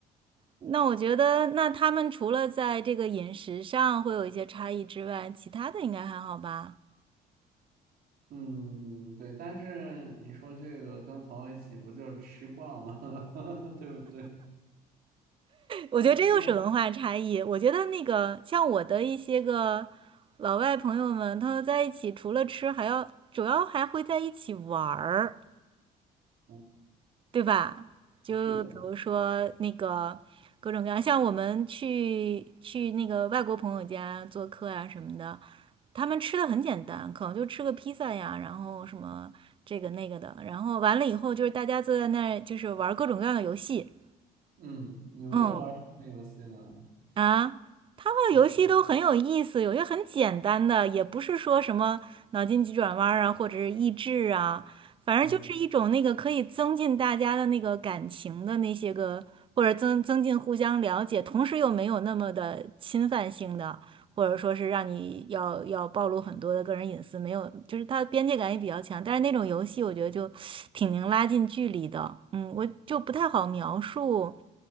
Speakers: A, on the right; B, on the right.
A: 那我觉得，那他们除了在这个饮食上会有一些差异之外，其他的应该还好吧？
B: 嗯对，但是你说这个跟朋友一起不就吃惯了，<laughs> 对不对？
A: 我觉得这又是文化差异。
B: 吃的，
A: 我觉得那个像我的一些个老外朋友们，他们在一起除了吃，还要主要还会在一起玩儿，
B: 嗯，
A: 对吧？就比如说那个各种各样，
B: 是的是的
A: 像我们去去那个外国朋友家做客啊什么的，他们吃的很简单，可能就吃个披萨呀，然后什么这个那个的，然后完了以后就是大家坐在那儿就是玩各种各样的游戏，
B: 嗯，你们都玩什么游戏呢？
A: 嗯。啊，他们的游戏都很有意思，
B: 嗯
A: 有些很简单的，也不是说什么脑筋急转弯儿啊，或者是益智啊，反正就是一种那个可以增进大家的那个感情的那些个，
B: 嗯
A: 或者增增进互相了解，同时又没有那么的侵犯性的，或者说是让你要要暴露很多的个人隐私，没有，就是它的边界感也比较强。但是那种游戏我觉得就挺能拉近距离的，嗯，我就不太好描述。